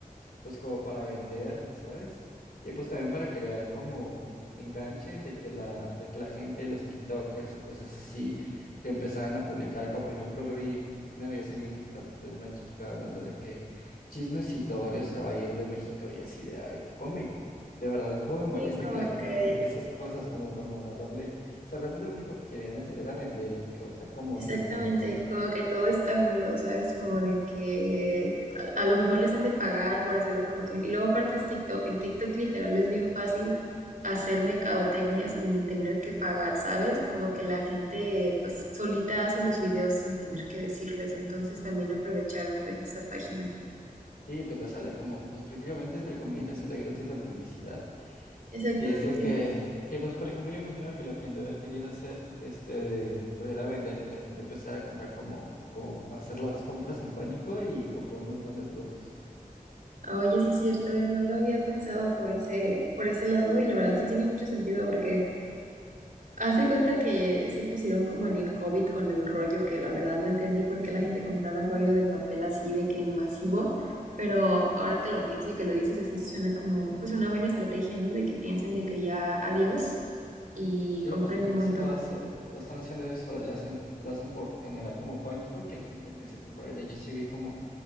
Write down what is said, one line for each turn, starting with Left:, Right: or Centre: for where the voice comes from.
Left: pues como para vender, ¿sabes? Y pues también para crear como enganche de que la, de que la gente, los TikTokers o cosas así, que empezaban a publicar, como por ejemplo vi, me había salido un TikTok de una chica hablando de que Chismecitorio se va a ir de México y así de, ay, que come. De verdad, cómo me molesta
Right: Y como
Left: que la gente
Right: que,
Left: publique esas cosas como para nomás darle, o sea, realmente lo único que querían es- era vender y causar como
Right: exactamente,
Left: revuelo, ¿sabes?
Right: como que todo está unido, ¿sabes? Como de que a, a lo mejor les han de pagar por hacer la promoción. Y luego aparte es TikTok, en TikTok literal es bien fácil hacer mercadotecnia sin tener que pagar, ¿sabes? Como que la gente pues solita hace los videos sin tener que decirles, entonces también aprovecharon pues de esa página.
Left: Sí, pues le sale como, pues prácticamente entre comillas le sale gratis la publicidad.
Right: Exactamente.
Left: Y es de que, eh, pues por ejemplo, yo imagino que lo que han de haber querido hacer, este, pues era vender, que la gente empezara a comprar como, como hacer las compras en pánico y comprar un montón de productos.
Right: Ah, Oye, sí es cierto, eh, no lo había pensado por ese, por ese lado y la verdad sí tiene mucho sentido porque haz de cuenta que se pusieron como en el COVID con el rollo que la verdad no entendí por qué la gente compraba rollo de papel así de que en masivo, pero ahora que lo pienso y que lo dices así suena como pues una buena estrategia, ¿no? De que piensen de que ya adiós y
Left: Sí,
Right: compren
Left: pues están
Right: un montón.
Left: haciendo, hace- están haciendo eso, lo hacen, lo hacen por generar como pánico y que la gente empiece a comprar. Y de hecho sí vi como